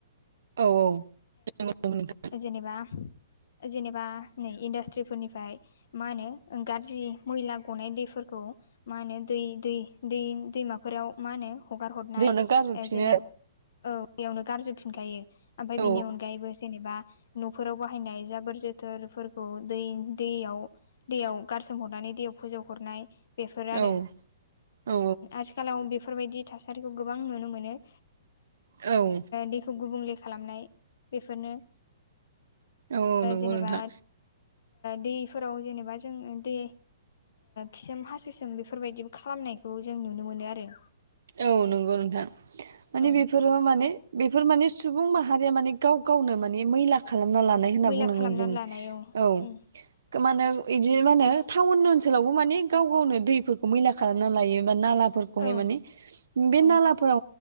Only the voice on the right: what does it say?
औ औ <unintelligible>
दैयावनो गारहरफिनो
औ
औ औ
औ
औ नंगौ
नोंथां
औ नंगौ नोंथां माने
बेफोरो माने बेफोर माने सुबुं माहारिया माने गाव गावनो माने मैला खालामना लानाय होनना
बुंनांगोन
जों
औ
मा होनो बिदि मा होनो टाउन ओनसोलावबो माने गाव गावनो दैफोरखौ मैला खालामना लायो नाला
माने बे
नालाफोरा